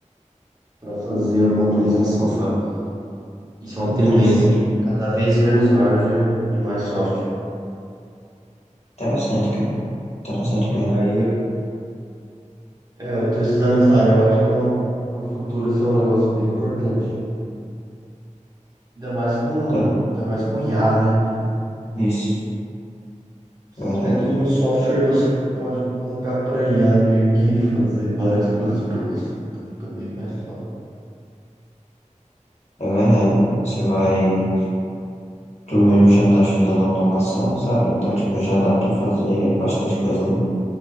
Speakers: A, on the right; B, on the left.
A: para fazer alguma atualização, sabe? Isso é uma
B: Interessante,
A: tendência. Cada vez menos hardware e mais software.
B: interessante, cara. Interessante mesmo.
A: Aí, é, eu tô estudando essa área. Eu acho que é um, pro futuro isso é um negócio bem importante. Ainda mais com,
B: Tá-
A: ainda mais com IA, né?
B: Isso,
A: Se
B: verdade.
A: tiver tudo no software, você pode colocar para IA meio que fazer várias coisas para você. Então fica bem mais fácil.
B: É verdade. Você vai. Tu mesmo já tá estudando automação, sabe? Então, tipo, já dá pra fazer bastante coisa né?